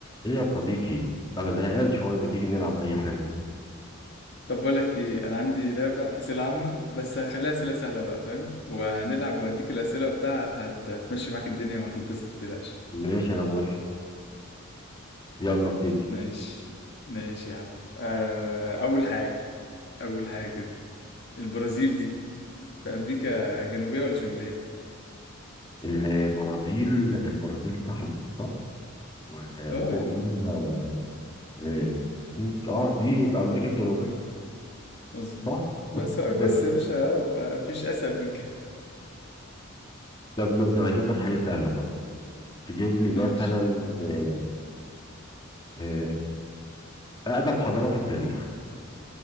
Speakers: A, on the left; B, on the left.
A: ايه يا صديقي انا زهقان شويه ما تيجي نلعب اي حاجه
B: طب بقول لك ايه انا عندي لعبه اسئله عامه بس هخليها اسئله سهله بقى فاهم وهنلعب واديك الاسئله وبتاع هت- هتمشي معاك الدنيا وهتتبسط متقلقش
A: ماشي انا موافق يلا ابتدي
B: ماشي ماشي يا عم آه، اول حاجه اول حاجه كده البرازيل دي في امريكا جنوبيه ولا شماليه
A: البرازيل البرازيل تحت صح وفوق
B: اه يعني
A: منها آه، المكسيك اه دي يبقى امريكا الجنوبيه
B: مظبوط
A: صح <laughs>
B: بس سؤال بس يا باشا اه بقى مفيش اسهل من كده
A: طب ماشي انا هجيب لك حاجه سهله برضه تجيب لي
B: ماشي
A: مثلا آه، آه، اقدم حضاره في التاريخ